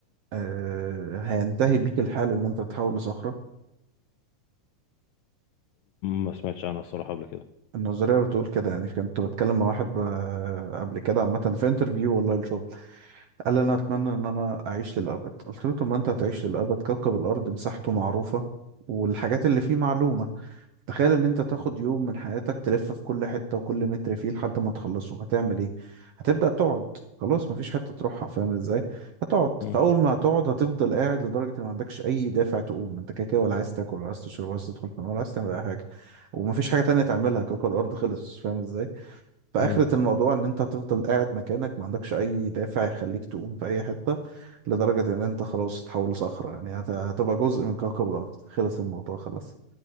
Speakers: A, on the right (about 65°); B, on the left (about 80°).
A: آه، هينتهي بيك الحال ان انت تتحول لصخرة
B: ما سمعتش عنها الصراحه قبل كده
A: النظرية بتقول كده يعني كنت بتكلم مع واحد ب- قبل كده عامة في انترفيو والله الشغل قال انا اتمنى ان انا اعيش للأبد قلت له طب ما انت هتعيش للأبد كوكب الأرض مساحته معروفة والحاجات اللي فيه معلومة تخيل ان انت تاخد يوم من حياتك تلف في كل حتة وكل متر فيه لحد ما تخلصه هتعمل ايه هتبدأ تقعد خلاص مفيش حتة تروحها فاهم ازاي هتقعد
B: مم.
A: فاول ما هتقعد هتفضل قاعد لدرجة ان ما عندكش اي دافع تقوم انت كده كده ولا عايز تاكل ولا عايز تشرب ولا عايز تدخل في النار ولا عايز تعمل اي حاجة ومفيش حاجة تانية تعملها كوكب الارض خلص فاهم ازاي فآخرة
B: مم.
A: الموضوع ان انت هتفضل قاعد مكانك ما عندكش اي دافع يخليك تقوم في اي حتة لدرجة ان انت خلاص تتحول لصخرة يعني هت- هتبقى جزء من كوكب الارض خلص الموضوع خلاص